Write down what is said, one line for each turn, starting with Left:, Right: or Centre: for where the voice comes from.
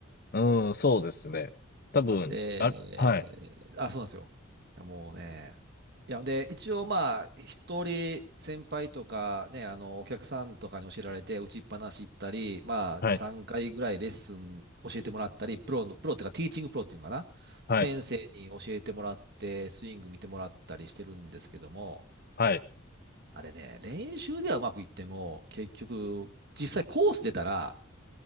Left: うん、そうですね。多分、
Right: で、
Left: あ、はい、
Right: あ、そうなんですよ。いやもうね、いや、で、一応まあ、一人先輩とかね、あの、お客さんとかに教えられて、打ちっぱなし行ったり、まあ、
Left: はい、
Right: 2、3回ぐらいレッスン教えてもらったり、プロの、プロっていうか、ティーチングプロっていうのかな、
Left: はい、
Right: 先生に教えてもらって、スイング見てもらったりしてるんですけども、
Left: はい。
Right: あれね、練習ではうまくいっても、結局、実際コース出たら、